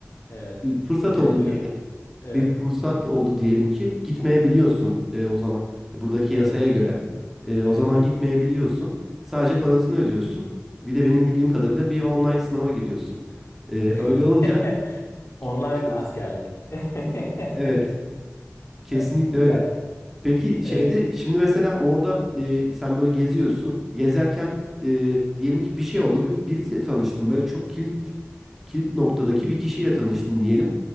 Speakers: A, on the left; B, in the centre.
A: evet,
B: bir fırsat
A: ödenebiliyor.
B: oldu diyelim.
A: Evet.
B: bir fırsat oldu diyelim ki gitmeyebiliyorsun e, o zaman E, buradaki
A: Evet.
B: yasaya göre. E,
A: Evet.
B: o zaman gitmeyebiliyorsun. Sadece parasını ödüyorsun. Bir de benim bildiğim kadarıyla bir online sınava giriyorsun. E,
A: <laughs>
B: öyle olunca gitmemiş
A: Online
B: olursun.
A: askerlik. <laughs>
B: Evet, kesinlikle
A: E, bu-
B: öyle.
A: ya,
B: Peki şeyde
A: evet.
B: şimdi mesela orada e, sen böyle geziyorsun. Gezerken e, diyelim ki bir şey oldu. Bir, birisiyle tanıştın. Böyle çok kilit kilit noktadaki bir kişiyle tanıştın diyelim.